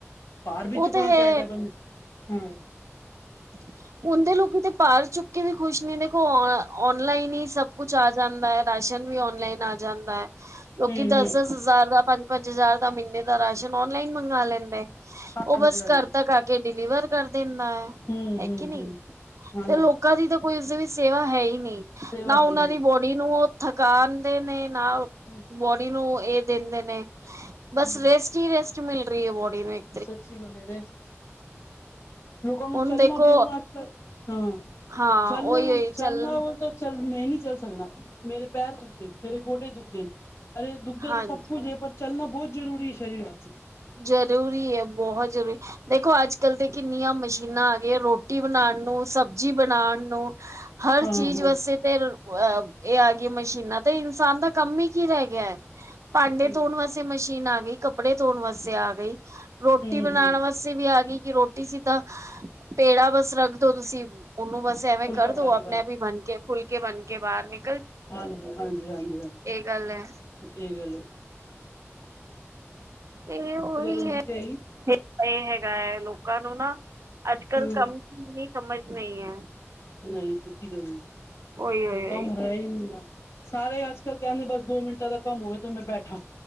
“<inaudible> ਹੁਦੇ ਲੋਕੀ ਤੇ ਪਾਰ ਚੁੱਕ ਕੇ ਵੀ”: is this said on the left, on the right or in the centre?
Right